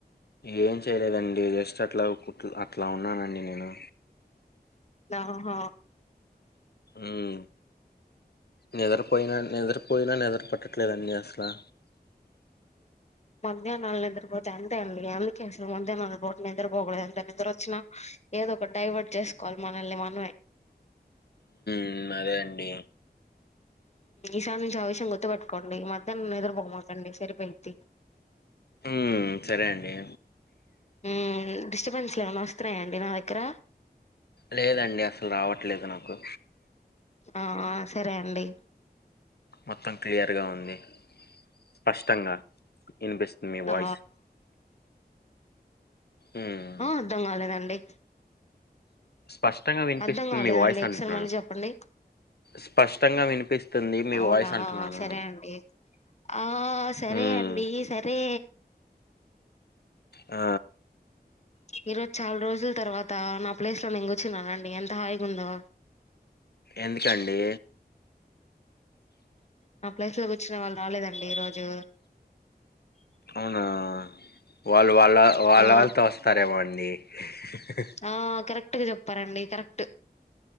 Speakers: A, on the left (about 70°); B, on the left (about 40°).
A: ఏం చేయలేదండి జస్ట్ అట్లా కు అట్లా ఉన్నానండి నేను
B: హ హ
A: ఉమ్ నిద్రపోయినా నిద్రపోయినా నిద్ర పట్టట్లేదు అండి అసలు
B: మధ్యాహ్నాలు నిద్రపోతే అంతే అండి అందుకే అసలు మధ్యాహ్నాలు పో నిద్రపోకూడదు ఎంత నిద్రొచ్చినా ఏదో ఒక డైవర్ట్ చేసుకోవాలి మనల్ని మనమే
A: హ్మ్ అదే అండి
B: ఈసారి నుంచి ఆ విషం గుర్తుపట్టుకోండి ఈ మధ్యహ్నం నిదుర పో మాకండి సరిపోయిద్ది.
A: ఉమ్, సరే అండి
B: హ్మ్ డిస్టర్బెన్స్లు ఏమైన్నా వస్తున్నాయాండి నా దగ్గర
A: లేదండి అసలు రావట్లేదు నాకు
B: ఆ సరే అండి
A: మొత్తం క్లియర్గా ఉంది స్పష్టంగా ఇనిపిస్తుంది మీ వాయిస్.
B: ఆ
A: ఉమ్,
B: ఆ అర్ధం కాలేదండి
A: స్పష్టంగా వినిపిస్తుంది
B: అర్ధం కాలేదండి
A: మీ వాయిస్
B: ఒకసారి
A: అంటున్నాను
B: మళ్ళీ చెప్పండి
A: స్పష్టంగా వినిపిస్తుంది మీ
B: అవునా
A: వాయిస్ అంటున్నాను
B: సరే అండి ఆ సరే
A: హ్మ్
B: అండి సరే
A: ఆ
B: ఈ రోజు చాలా రోజుల తర్వాత నా ప్లేస్ లో నేను కూర్చున్నానండి ఎంత హాయిగా ఉందొ
A: ఎందుకండి
B: నా ప్లేస్ లో కూర్చున్న వాళ్ళు రాలేదండి ఈ రోజు
A: అవునా వాళ్ళు వాళ్ళ వాళ్ళ
B: ఆ
A: వాళ్ళతో వస్తారేమో అండి హి హి
B: ఆ కరెక్ట్ గా చెప్పారండి కరెక్ట్